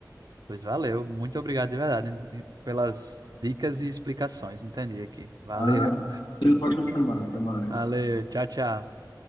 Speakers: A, on the right (about 60°); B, on the left (about 65°).
A: Pois valeu, muito obrigado de verdade hein, pelas dicas e explicações, entendi aqui. Valeu,
B: Ah, ele pode me chamar, até mais.
A: valeu, tchau, tchau.